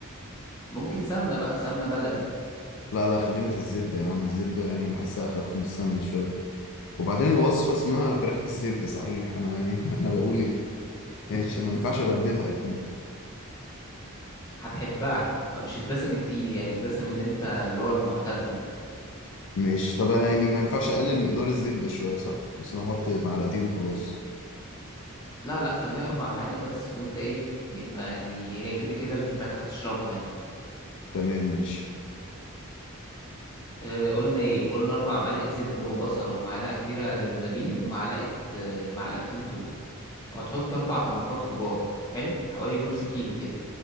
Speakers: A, on the left; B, on the left.
A: ممكن سمنة بقى سمنة بلدي
B: لا لا خلينا في الزبدة يا عم الزبدة يعني بحسها أخف من السمنة شوية وبعدين الوصفة اسمها فراخ بالزبدة صحيح أنا يعني <laughs> أنا بقول إيه ماشي
A: <laughs> بالظبط
B: ما ينفعش أبدلها أكيد
A: هتحبها هتحبها مش الدسم التقيل يعني الدسم اللي انت اللي هو المعتاد
B: ماشي طب أنا يعني ما ينفعش أقلل مقدار الزبدة شوية صح بس أنا أحط معلقتين وخلاص
A: لا لا خليها اربع معالق بس وانت ايه يبقى يعني هي كده كده الفراخ هتشربها يعني
B: تمام ماشي
A: آه قلنا ايه قلنا اربع معالق زبدة وبصلة ومعلقة كبيرة جنزبيل ومعلقة آه معلقتين توم وهتحط اربع طماطمات كبار حلو حوالي نص كيلو كده